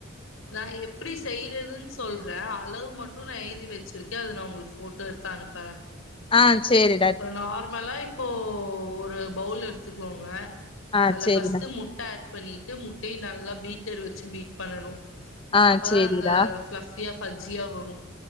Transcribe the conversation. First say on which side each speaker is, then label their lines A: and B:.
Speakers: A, on the left (about 70°); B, on the left (about 25°).
A: நா எப்படி செய்றதுன்னு சொல்றே அளவு மட்டு நா எழுதி வச்சுருக்கே அத நா உங்களுக்கு ஃபோட்டோ எடுத்து அனுப்புறே
B: ஆ சேரி
A: இப்ப நார்மலா இப்போ ஒரு பவுல் எடுத்துக்கோங்க
B: ஆ
A: அதுல
B: சரிடா.
A: ஃபர்ஸ்ட் முட்ட ஆட் பண்ணிட்டு முட்டய நல்லா பீட்டரு வச்சு பீட் பண்ணனு
B: ஆ
A: அப்பதா
B: சரிடா.
A: இந்த ஃபிளபியா ஃபஜ்ஜியா வரும்